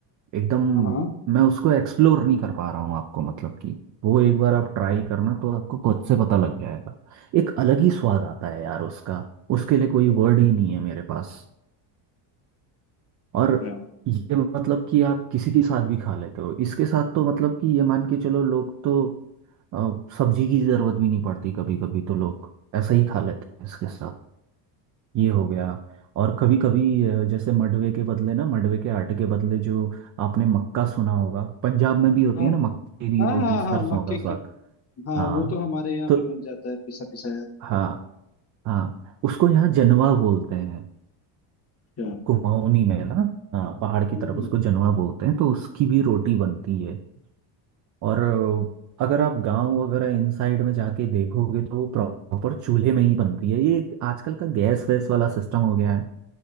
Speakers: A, on the right; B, on the left.
A: एकदम
B: हाँ हाँ
A: मैं उसको एक्सप्लोर नहीं कर पा रहा हूँ आपको मतलब कि वो एक बार आप ट्राई करना तो आपको खुद से पता लग जाएगा एक अलग ही स्वाद आता है यार उसका उसके लिए कोई वर्ड ही नहीं है मेरे पास और
B: क्या
A: ये मतलब कि आप किसी के साथ भी खा लेते हो इसके साथ तो मतलब कि ये मान के चलो लोग तो अ, सब्जी की जरूरत भी नहीं पड़ती कभी कभी तो लोग ऐसा ही खा लेते हैं इसके साथ ये हो गया और कभी कभी जैसे मडवे के बदले ना मडवे के आटे के बदले जो आपने मक्का सुना होगा पंजाब में भी होती
B: हाँ
A: है ना
B: हाँ
A: मक्के की
B: हाँ
A: रोटी
B: हाँ
A: सरसों
B: हाँ मक्के
A: का साग
B: के हाँ
A: हाँ
B: वो तो हमारे यहाँ
A: तो
B: भी मिल जाता है पिसा पिसाया
A: हाँ हाँ उसको यहाँ जनवा बोलते हैं
B: क्या
A: कुमाऊनी में ना हाँ पहाड़ की
B: हम्म
A: तरफ उसको जनवा बोलते हैं तो उसकी भी रोटी बनती है और अ, अगर आप गांव वगैरह इन साइड में जाके देखोगे तो प्रॉपर चूल्हे में ही बनती है ये आजकल का गैस वैस वाला सिस्टम हो गया है